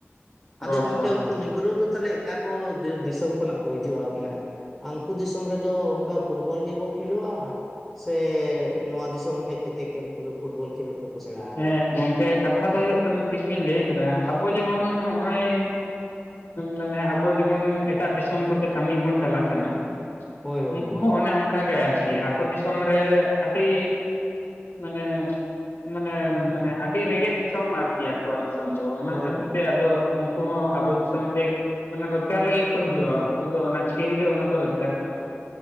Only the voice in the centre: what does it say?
ᱟᱫᱚ
ᱜᱚᱝᱠᱮ
ᱩᱱᱠᱩ ᱱᱤᱜᱨᱳ ᱫᱚ ᱛᱟᱦᱚᱞᱮ ᱚᱠᱟ ᱠᱚ ᱫᱮᱥ ᱫᱤᱥᱚᱢ ᱠᱷᱚᱱᱟᱜ ᱠᱚ ᱦᱤᱡᱩᱜᱼᱟ ᱢᱟᱱᱮ? ᱟᱝᱱᱠᱩ ᱫᱤᱥᱚᱢ ᱨᱮᱫᱚ ᱚᱱᱠᱟ ᱯᱷᱩᱴᱵᱚᱞ ᱜᱮᱠᱚ ᱠᱷᱮᱞᱳᱜᱼᱟ? ᱥᱮ ᱱᱚᱣᱟ ᱫᱤᱥᱚᱢ ᱦᱮᱡ ᱠᱟᱛᱮᱫ ᱜᱮ ᱩᱱᱠᱩ ᱫᱚ ᱯᱷᱩᱴᱵᱚᱞ ᱠᱷᱮᱞᱳᱜ ᱫᱚᱠᱚ ᱥᱮᱬᱟ ᱟᱠᱟᱫᱟ
ᱦᱳᱭ ᱦᱳᱭ
ᱦᱳᱭ